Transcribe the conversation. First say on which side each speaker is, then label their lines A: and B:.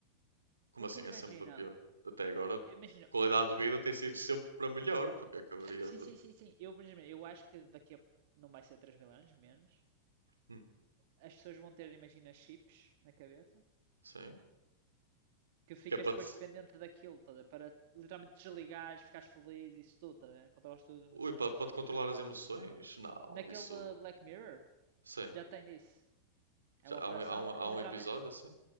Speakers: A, on the right; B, on the right.
A: como
B: Porque
A: assim? É
B: imagina,
A: sempre para pior. Até agora,
B: imagina,
A: qualidade de vida tem sido sempre para melhor, porque acabaria
B: Sim,
A: de.
B: sim, sim, sim. Eu, por exemplo, eu acho que daqui a. Não vai ser 3 mil anos, menos.
A: Hum,
B: As pessoas vão ter, imagina, chips na cabeça.
A: sim?
B: Que ficas
A: Que é para
B: depois
A: te.
B: dependente daquilo, toda, para literalmente desligares, ficares feliz, isso tudo, toda, controlas todas as
A: Ui,
B: emoções.
A: para, para te controlar as emoções? Não,
B: Naquele
A: isso.
B: eh, Black Mirror,
A: Sim.
B: já tem disso. É
A: Já
B: uma
A: há
B: operação
A: um, há um,
B: que
A: há
B: literalmente,
A: um episódio assim?